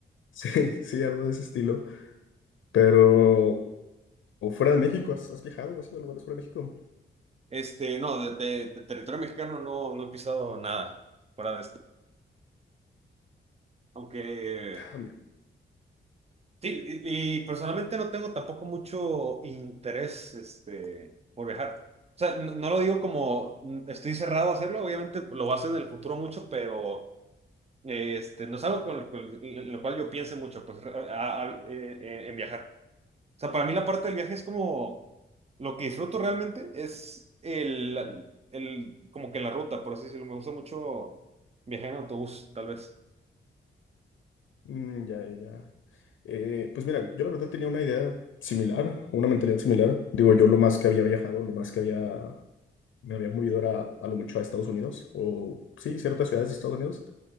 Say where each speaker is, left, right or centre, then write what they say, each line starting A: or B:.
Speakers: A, on the left; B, on the right.
A: Sí, <laughs> sí, algo de ese estilo. Pero, o fuera de México, ¿has, has viajado o has ido a lugares fuera de México?
B: Este, no, de, de- de territorio mexicano no, no he pisado nada fuera de esto. Aunque,
A: Ah, mi-
B: sí, y, y personalmente no tengo tampoco mucho interés, este, por viajar. O sea, no, no lo digo como mm, estoy cerrado a hacerlo, obviamente lo vas a hacer en el futuro mucho, pero Este, no es algo con lo, cual en lo cual yo piense mucho, pues, a- a- eh, eh, en viajar. O sea, para mí la parte del viaje es como lo que disfruto realmente es el, el como que la ruta, por así decirlo. Me gusta mucho viajar en autobús, tal vez.
A: mm, ya, ya, ya. Eh, pues mira, yo la verdad tenía una idea similar, una mentalidad similar. Digo, yo lo más que había viajado, lo más que había, me había movido era a lo mucho a Estados Unidos, o sí, ciertas ciudades de Estados Unidos,